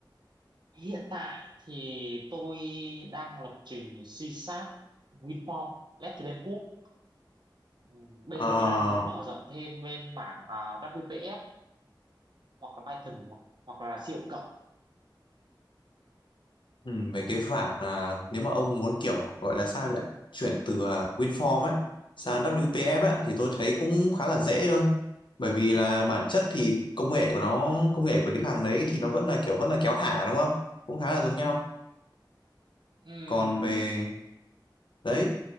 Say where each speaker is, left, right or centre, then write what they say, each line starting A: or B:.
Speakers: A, on the right; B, on the left.
A: Hiện tại thì tôi đang lập trình C Sharp, WinForm, Left Framework. Quốc. Ừm, bây
B: Ờ,
A: giờ tôi đang muốn mở rộng thêm bên mảng ờ, WPF hoặc là Python hoặc, hoặc là C cộng cộng.
B: ừ, về cái mảng là nếu mà ông muốn kiểu gọi là sao nhỉ? Chuyển từ ờ, WinForm á sang WPF á thì tôi thấy cũng khá là dễ thôi. Bởi vì là bản chất thì công nghệ của nó, công nghệ của cái thằng đấy thì nó vẫn là kiểu vẫn là kéo thả đúng không? Cũng khá là giống nhau.
A: Ừm,
B: Còn về đấy,